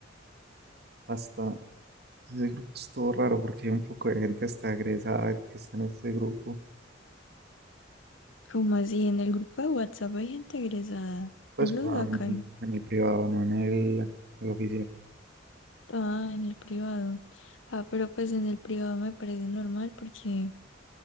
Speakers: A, on the right; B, on the left.
A: hasta ese grupo es todo raro porque hay un poco de gente hasta egresada que está en este grupo.
B: Como así, en el grupo de WhatsApp hay gente egresada.
A: Pues
B: No lo
A: no,
B: sacan.
A: en en el privado, no en el, el oficial.
B: Ah, en el privado. Ah, pero pues en el privado me parece normal porque,